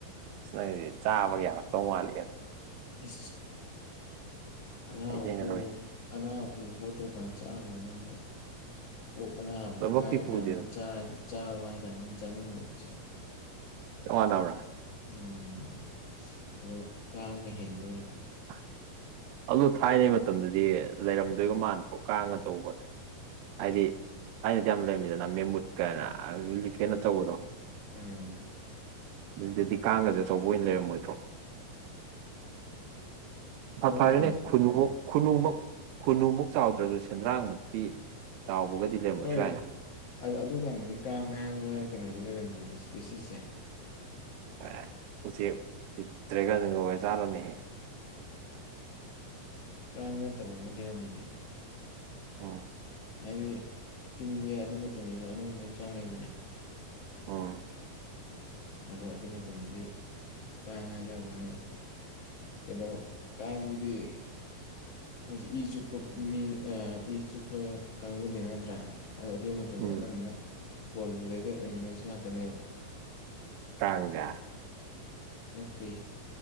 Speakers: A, on the right (about 80°); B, on the left (about 75°).
A: ꯅꯪꯗꯤ ꯆꯥꯕꯒꯤ ꯌꯥꯔꯛꯇꯧ ꯃꯥꯜꯂꯤ ꯑꯗ
B: ꯎꯝ ꯑꯅꯥꯕ
A: ꯑꯩꯗꯤ ꯍꯩꯅꯔꯣꯏ
B: ꯑꯅꯥꯕ ꯄꯨꯕ ꯄꯣꯠꯇꯣ ꯀꯥꯏꯅ ꯆꯥꯗꯕ ꯅꯪꯗ ꯑꯣꯛ ꯑꯅꯥꯕꯗꯨ
A: ꯂꯣꯏꯃꯛꯇꯤ
B: ꯀꯥꯏꯔ
A: ꯄꯨꯗꯦꯗꯅ
B: ꯀꯥꯟꯗ ꯆꯥ ꯋꯥꯏꯔ ꯀꯥꯟꯗ ꯆꯥꯅꯤꯡꯉ ꯀꯩꯁꯨ
A: ꯆꯞ ꯃꯥꯟꯅꯕ꯭ꯔꯥ
B: ꯎꯝ ꯑꯗꯣ ꯀꯥꯡꯅ ꯍꯦꯟꯗꯨꯅ
A: ꯑ ꯑꯗꯣ ꯊꯥꯏꯅꯩ ꯃꯇꯝꯗꯗꯤ ꯂꯩꯔꯝꯗꯣꯏꯒ ꯃꯥꯟꯗ꯭ꯔꯣ ꯀꯥꯡꯉꯆꯧꯕꯁꯦ ꯍꯥꯏꯗꯤ ꯊꯥꯏꯅꯗꯤ ꯌꯥꯝ ꯂꯩꯔꯝꯃꯤꯗꯅ ꯃꯦꯝꯕꯨꯨꯠ ꯀꯥꯏꯅ ꯂꯤꯐ ꯍꯦꯟꯅꯆꯧꯕꯗꯣ
B: ꯎꯝ
A: ꯑꯗꯨꯏꯗꯗꯤ ꯀꯥꯡꯒꯁꯦ ꯑꯆꯧꯕ ꯑꯣꯏꯅ ꯂꯩꯔꯝꯃꯣꯏꯗ꯭ꯔꯣ
B: ꯑꯗꯨꯀꯥꯟꯗꯤ
A: ꯐꯔꯦꯅꯦ ꯈꯨꯟꯅꯨꯃꯨꯛ ꯈꯨꯟꯅꯨꯃꯨ ꯈꯨꯟꯅꯨꯃꯨꯛ ꯆꯥꯎꯗ꯭ꯔꯁꯨ ꯁꯦꯟꯗ꯭ꯔꯥꯡꯃꯨꯛꯇꯤ ꯇꯥꯎꯕꯒꯗꯤ ꯂꯩꯔꯝꯕꯁꯨ
B: ꯍꯣꯏꯅꯦ
A: ꯌꯥꯏꯂ
B: ꯑꯗꯨꯀꯥꯟꯗꯗꯤ ꯀꯥꯡ ꯍꯥꯏꯕ ꯀꯩꯅꯣꯁꯦ ꯂꯩꯔꯝꯗ꯭ꯔꯗꯤ ꯏꯁ꯭ꯄꯦꯁꯤꯁꯁꯦ
A: ꯑꯦ ꯎꯆꯦꯛ ꯗ꯭ꯔꯦꯒꯟꯒ ꯑꯣꯏ ꯆꯥꯂꯅꯤ
B: ꯀꯥꯡ ꯅꯠꯇꯕ ꯑꯃ ꯂꯩꯔꯝꯃꯗꯤ
A: ꯑꯣꯝ
B: ꯍꯥꯏꯗꯤ ꯇꯤꯟꯁꯦ ꯑꯗꯨ ꯃꯇꯝꯗꯁꯨ ꯑꯅꯝꯕ ꯂꯣꯏ ꯆꯥꯎꯅꯩꯗꯅ
A: ꯎꯝ
B: ꯑꯗꯣ ꯑꯗꯨ ꯃꯇꯝꯗꯗꯤ ꯀꯥꯡ ꯍꯥꯏꯖꯕ ꯋꯥꯅꯤ ꯀꯩꯅꯣ ꯀꯥꯡꯁꯤꯗꯤ ꯍꯧꯖꯤꯛ ꯏ ꯆꯨꯞꯄ ꯃꯤ ꯏ ꯆꯨꯞꯄ ꯀꯥꯡꯕꯨꯗꯤ ꯅꯠꯇ꯭ꯔꯥ ꯑꯗꯨ ꯃꯇꯝꯗꯤ
A: ꯎꯝ
B: ꯑꯅꯝꯕꯅ ꯀꯣꯜ ꯕ꯭ꯂꯦꯗꯦꯠ ꯑꯦꯅꯤꯃꯦꯜꯁ ꯉꯥꯛꯇꯅꯦꯕ
A: ꯀꯥꯡꯖꯦ
B: ꯅꯠꯇꯦ